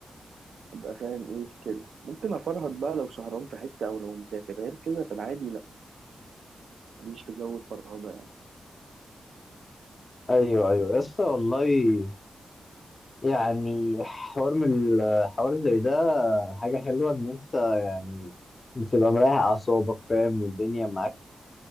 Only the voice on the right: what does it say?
ببقى فاهم ايه كده ممكن افرهد بقى لو سهران في حته او لو مسافر غير كده في العادي لا ماليش في جو الفرهده يعني